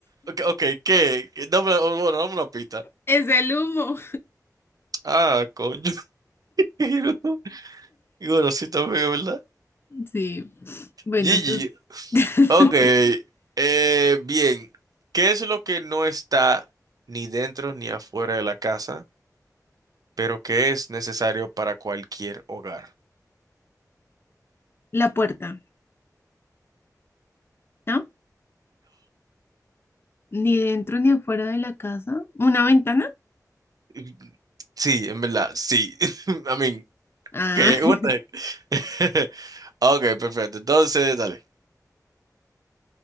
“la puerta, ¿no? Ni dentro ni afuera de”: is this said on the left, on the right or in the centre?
Left